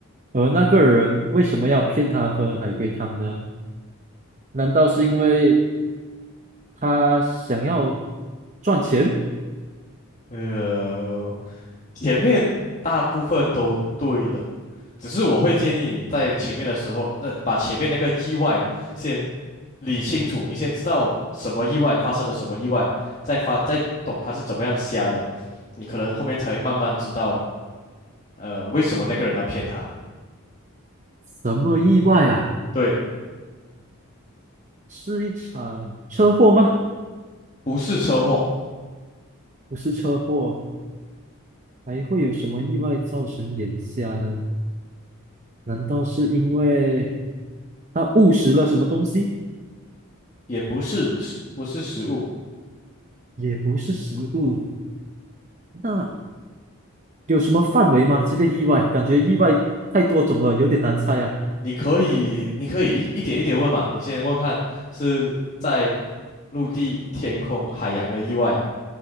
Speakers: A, on the right; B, on the left.
A: 而那个人为什么要骗他喝海龟汤呢？难道是因为他想要赚钱？
B: 呃，前面大部分都对了，只是我会建议你在前面的时候，那把前面那个意外先理清楚，你先知道什么意外发生了什么意外，再发再懂他是怎么样瞎的，你可能后面才会慢慢知道，呃，为什么那个人要骗他。
A: 什么意外啊？
B: 对，
A: 是一场车祸吗？
B: 不是车祸，
A: 不是车祸，还会有什么意外造成眼瞎呢？难道是因为他误食了什么东西？
B: 也不是食不是食物，
A: 也不是食物，那有什么范围吗？这个意外，感觉意外太多种了，有点难猜啊。
B: 你可以你可以一一点一点问嘛，你先问看是在陆地、天空、海洋的意外，